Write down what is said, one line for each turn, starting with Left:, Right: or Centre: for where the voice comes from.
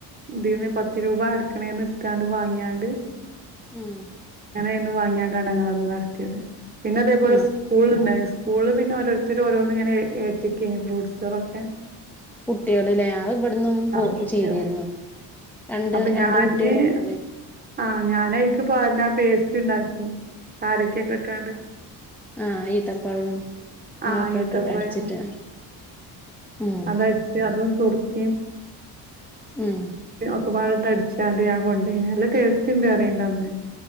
Right: ഇതിന്ന് പത്ത് രൂപ അടക്കണേ ന്ന് ടുത്താണ്ട് വാങ്ങിയാണ്ട്
Centre: ഉംഹ്
Right: അങ്ങനെ അയിന്ന് വാങ്ങിയാണങ്ങളന്ന് നടത്തിയത്. പിന്നെ അതേപോലെസ്
Centre: ആഹ്
Right: കൂള്ണ്ടായി സ്കൂളില് പിന്നെ ഓരോരുത്തര് ഓരോന്ന് ങ്ങനെ ഏറ്റ്ക്കയ്നു ഫ്രൂട്സാളൊക്കെ
Centre: കുട്ട്യാള്ലേ ആ ഇവിടന്നും പോ
Right: ആഹ് കുട്ടികള്
Centre: ചെയ്തിരുന്നു. രണ്ട്
Right: അപ്പൊ
Centre: രണ്ട്
Right: ഞാന്
Centre: കുട്ടികള കൊണ്ടയിട്ട്
Right: ആഹ് ഞാനയിക്ക് പാര്ണ ആ പേസ്റ്റ് ണ്ടാക്കി കാരക്കൊക്കെ ട്ടാണ്ട്
Centre: ആഹ ഈത്തപ്പഴവും
Right: ആഹ്
Centre: അതൊക്കെ
Right: ഏത്തപ്പഴം
Centre: ഇട്ടിട്ട് അടിച്ചിട്ട് ഉം
Right: അതടിച്ച് അതും സുറുക്കിം
Centre: ഉംഹ്.
Right: ഒക്കെ പാടട്ട് അടിച്ചാണണ്ട് ഞാ കൊണ്ടയ്നി നല്ല ടേസ്റ്റ് ണ്ട് അറിണ്ട ന്ന്